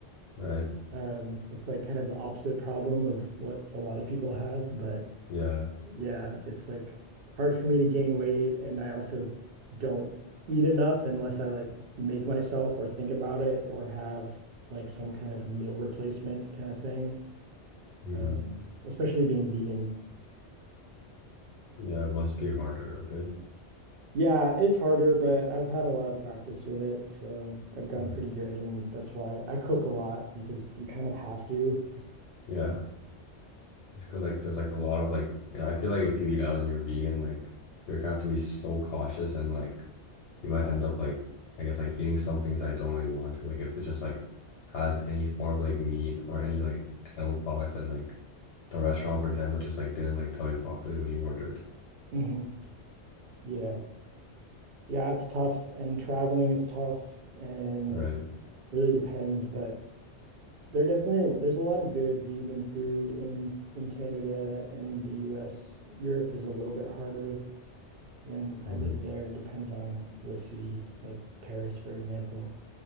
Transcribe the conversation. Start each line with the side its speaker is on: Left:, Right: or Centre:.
Left: Right.
Right: Um, it's like kind of the opposite problem of what a lot of people have, but
Left: Yeah.
Right: Yeah, it's like hard for me to gain weight, and I also don't eat enough unless I like make myself or think about it or have like some kind of meal replacement kind of thing.
Left: hmm
Right: Um, especially being vegan.
Left: Yeah, it must be harder a bit.
Right: Yeah, it's harder, but I've had a lot of practice with it, so I've gotten
Left: Mm.
Right: pretty good, and that's why I cook a lot because you kind of have to.
Left: Yeah, just because like there's like a lot of like you know, I feel like if you eat out and you're vegan, like you're gonna have to be so cautious and like you might end up like I guess like eating some things that I don't really want to. Like if it just like has any form of like meat or any like animal products and like the restaurant, for example, just like didn't like tell you properly when you ordered.
Right: hmm Yeah. Yeah, it's tough, and traveling is tough and
Left: Right.
Right: really depends, but There definitely there's a lot of good vegan food in in Canada and the US. Europe is a little bit harder when I
Left: hmm
Right: lived there. Depends on what city, like Paris, for example.